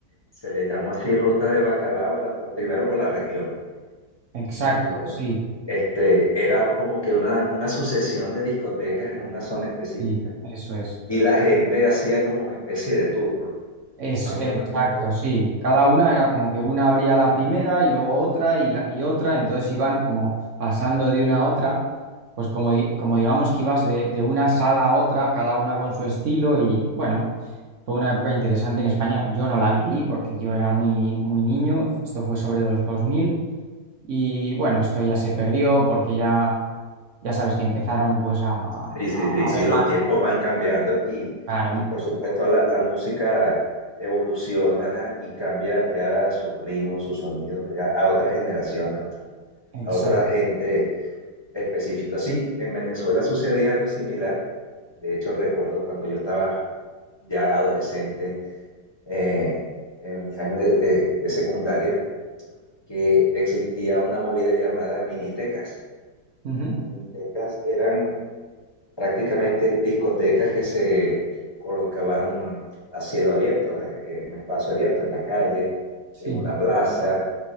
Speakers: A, on the left; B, on the right.
A: se le llamó así ruta del bacalao, era por- primero por la región.
B: exacto,
A: Y bueno,
B: sí,
A: este, era como que una, una sucesión de discotecas en una zona específica
B: sí, eso es.
A: y la gente hacía como especie de tour.
B: Es,
A: Más
B: exacto,
A: o menos tengo
B: sí. Cada una era como que una abría la primera y luego otra y, la- y otra, entonces iban como pasando de una a otra, pues como, di- como digamos que ibas de, de una sala a otra, cada una con su estilo y bueno, fue una época interesante en España. Yo no la viví porque yo era muy, muy niño, esto fue sobre los 2000 y bueno, esto ya se perdió porque ya, ya sabes que empezaron pues a, a-
A: Sí,
B: a
A: sí, sí, sí,
B: ver
A: los
B: más,
A: tiempos van cambiando y,
B: claro,
A: y por supuesto la, la música evoluciona y cambia ya sus ritmos, sus sonidos ya a otras generaciones, a otra,
B: exacto.
A: a otra gente específica. Sí, en Venezuela sucedía algo similar. De hecho, recuerdo cuando yo estaba ya adolescente, eh, en mis años de, de- de secundaria, que existía una movida llamada minitecas.
B: Ujú,
A: Las minitecas eran prácticamente discotecas que se colocaban a cielo abierto, en un espacio abierto, en la calle,
B: Sí.
A: en una plaza,